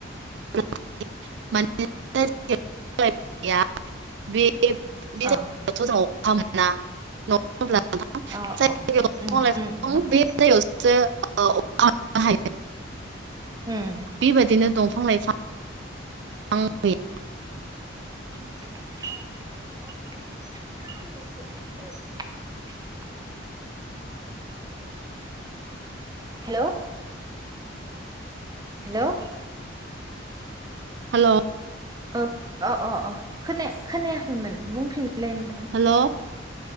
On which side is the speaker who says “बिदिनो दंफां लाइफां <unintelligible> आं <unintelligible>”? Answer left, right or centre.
Right